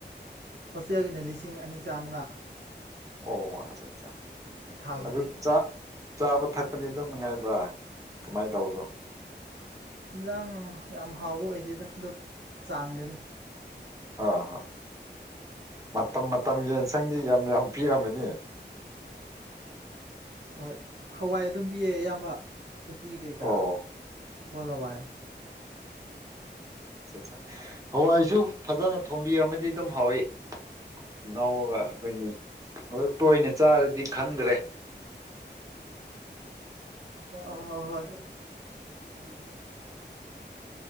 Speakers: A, on the right (about 80°); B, on the right (about 20°).
A: ꯍꯣꯁꯇꯦꯜꯒꯤꯅ ꯂꯤꯁꯤꯡ ꯑꯅꯤ ꯆꯥꯝꯃꯉꯥ꯫
B: ꯑꯣ ꯑꯠꯆꯥ ꯑꯠꯆꯥ
A: ꯊꯥ ꯈꯨꯗꯤꯡ
B: ꯑꯗꯨ ꯆꯥ ꯆꯥꯕ ꯊꯛꯄꯗꯤ ꯑꯗꯨꯝ ꯅꯨꯡꯉꯥꯏꯕ꯭ꯔꯥ꯫
A: <unintelligible>
B: ꯀꯃꯥꯏꯅ ꯇꯧꯕꯅꯣ
A: ꯏꯟꯖꯥꯡ ꯌꯥꯝ ꯍꯥꯎꯕ ꯑꯣꯏꯗꯦꯗ ꯑꯗꯨꯝ ꯆꯥꯡꯗꯅꯤ꯫
B: ꯍꯣ ꯍꯣ <unintelligible> ꯃꯇꯝ ꯃꯇꯝꯒꯤ ꯌꯦꯟꯁꯪꯗꯤ ꯌꯥꯝ ꯌꯥꯝ ꯄꯤꯔꯝꯃꯅꯤ꯫
A: ꯍꯣꯏ ꯍꯋꯥꯏ ꯑꯗꯨꯝ ꯄꯤꯌꯦ ꯏꯌꯥꯝꯕ ꯎꯇꯤ ꯀꯩꯀꯥ
B: ꯑꯣ
A: ꯁꯒꯨꯜ ꯍꯋꯥꯏ꯫
B: ꯑꯠꯆꯥ ꯑꯠꯆꯥ ꯍꯋꯥꯏꯁꯨ ꯐꯖꯅ ꯊꯣꯝꯕꯤꯔꯝꯃꯗꯤ ꯑꯗꯨꯝ ꯍꯥꯎꯏ꯫ ꯉꯥꯎꯔꯒ ꯑꯈꯣꯏꯒꯤ ꯑꯗꯨ ꯇꯣꯏꯅ ꯆꯥꯔꯗꯤ ꯈꯪꯗ꯭ꯔꯦ꯫
A: ꯑ ꯍ ꯍꯣꯏ <unintelligible> ꯎꯝ <unintelligible>